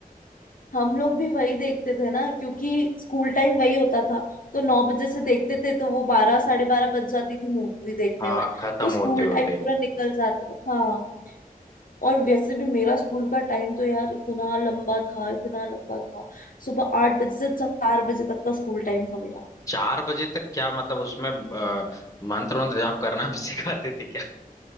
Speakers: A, on the left; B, on the left.
A: हम लोग भी वही देखते थे ना क्योंकि स्कूल टाइम वही होता था तो नौ बजे से देखते थे तो वो बारह साढ़े बारह बज जाती थी मूवी देखने
B: हाँ
A: में
B: खत्म
A: तो स्कूल
B: होते होते
A: टाइम पूरा निकल जाता था हाँ और वैसे भी मेरा स्कूल का टाइम तो यार इतना लंबा था इतना लंबा था सुबह आठ बजे से चार बजे तक का स्कूल टाइम था मेरा
B: चार बजे तक क्या मतलब उसमें अ, मंत्र वंत्र जाप करना भी <laughs> सिखाते थे क्या